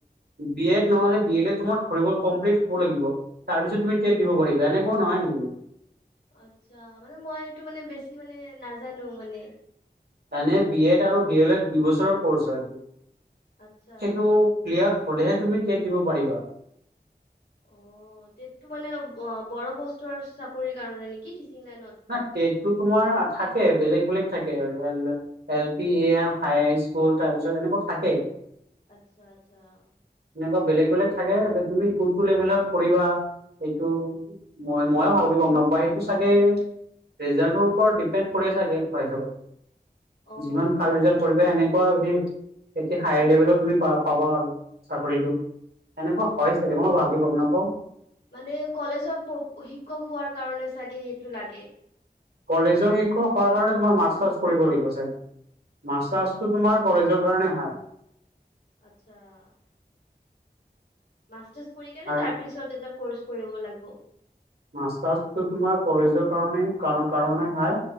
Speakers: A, on the right (about 70°); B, on the left (about 80°).
A: বি এড নহলে বি এল এড তোমাৰ ধৰিব কমপ্লট হ'ব লাগিব তাৰ পিছত তুমি টেট দিব পাৰিব এনেকুৱা নহয় নহয়। <unintelligible>
B: আচ্ছা মানে, মই এইটো মানে বেছি মানে নাজানো মানে।
A: এনে বি এড আৰু ডি এল এড দুই বছৰৰ কৰ্চ হয়। সেইটো
B: আচ্ছা
A: ক্লিয়াৰ হ'লেহে তুমি টেট দিব পাৰিবা।
B: অ টেটটো মানে অ বৰো পষ্টৰ চাকৰি কাৰণে নেকি। লাইনত?
A: <unintelligible> টেটটো তোমাৰ থাকে। বেলেগ বেলেগ থাকে এ এল পি এ আৰ হাই স্কুল তাৰ পিছত এনেকুৱা থাকে।
B: আচ্ছা আচ্ছা। <inaudible>
A: এনেকুৱা বেলেগ বেলেগ থাকে তুমি কোনটো লেভেলত কৰিবা। সেইটো মই, মইও ভালকৈ গম নাপাওঁ, সেইটো চাগে। ৰিজাল্টৰ ওপৰত ডিপেণ্ড কৰি চাগে কোৱা হিচাপত।
B: অ'
A: যিমান ভাল
B: গম
A: ৰিজাল্ট
B: পাইছো
A: কৰিবা এনেকুৱা
B: গম পাইছো
A: সেই। তেতিয়া হায়াৰ লেভেলত তুমি পাব-পাবা আৰু চাকৰিটো এনেকুৱা
B: অ'
A: হয় চাগে মই ভালকে গম। নাপাওঁ
B: মানে কলেজৰ শিক্ষক হোৱাৰ কাৰণে চাগে এইটো লাগে।
A: কলেজৰ শিক্ষক হোৱাৰ কাৰণে তোমাৰ মাষ্টাৰ্চ কৰিব লাগিব চাগে। মাষ্টাৰছটো
B: অ'
A: তোমাৰ কলেজৰ কাৰণে হয়।
B: আচ্ছা। <inaudible> মাষ্টাৰছ কৰি কেনে
A: আৰু
B: তাৰপিছত এটা কৰ্চ কৰিব লাগিব।
A: মাষ্টাৰছটো তোমাৰ কলেজৰ কাৰণে কা-কাৰণে হয়।